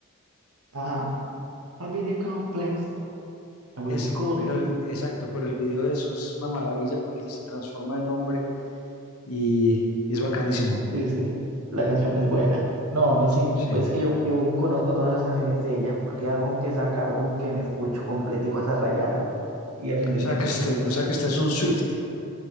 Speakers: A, on the right; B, on the left.
A: Ajá. I'll be the complex. I will
B: Esa,
A: be cool.
B: pero el- exacto, pero el video de eso es una maravilla porque ella se transforma en hombre y, y es bacanísimo.
A: Sí, sí, la canción es buena. No, a mí sí,
B: Sí.
A: pues que yo, yo conozco todas las canciones de ella, porque álbum que saca, álbum que me escucho completico hasta rayarlo y aprenderme
B: O sea
A: todas
B: que usted,
A: las canciones.
B: o sea que usted es un Swiftie.